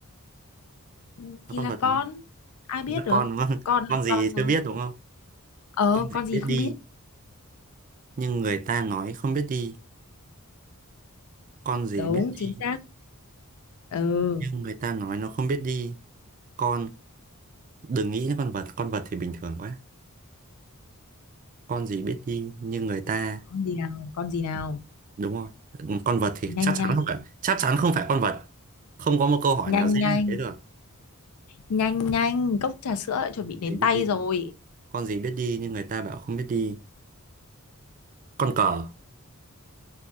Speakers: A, on the left; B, on the right.
A: Ừ, thì
B: nó con
A: là
B: vật
A: con
B: đúng không
A: ai biết
B: nó là
A: được
B: con đúng không
A: con
B: <laughs>
A: là
B: con gì
A: con thôi
B: chưa biết đúng không
A: ờ
B: con gì
A: con gì
B: biết
A: không
B: đi
A: biết
B: nhưng người ta nói không biết đi con gì
A: đúng
B: biết đi
A: chính xác ừ
B: nhưng người ta nói nó không biết đi con đừng nghĩ đến con vật con vật thì bình thường quá con gì biết đi như người ta
A: con gì nào con gì nào
B: đúng rồi con vật thì
A: nhanh
B: chắc chắn
A: nhanh
B: không phải chắc chắn không phải con vật không có một câu hỏi
A: nhanh
B: nào dễ
A: nhanh
B: như thế được
A: nhanh nhanh cốc trà sữa đã chuẩn
B: gì
A: bị đến
B: biết
A: tay
B: đi
A: rồi
B: con gì biết đi nhưng người ta bảo không biết đi con cờ